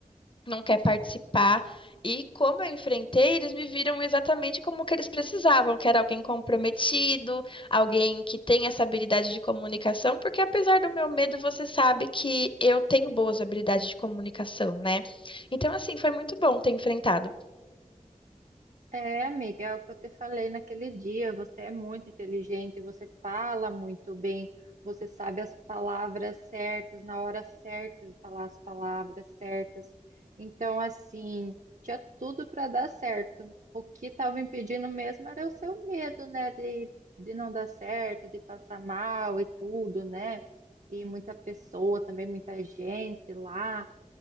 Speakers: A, on the left (about 40°); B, on the right (about 65°).
A: Não quer participar. E como eu enfrentei, eles me viram exatamente como que eles precisavam, que era alguém comprometido, alguém que tem essa habilidade de comunicação, porque apesar do meu medo, você sabe que eu tenho boas habilidades de comunicação, né? Então, assim, foi muito bom ter enfrentado.
B: É, amiga, é o que eu te falei naquele dia. Você é muito inteligente, você fala muito bem, você sabe as palavras certas, na hora certa de falar as palavras certas. Então, assim, tinha tudo para dar certo. O que estava impedindo mesmo era o seu medo, né, de, de não dar certo, de passar mal e tudo, né? E muita pessoa também, muita gente lá.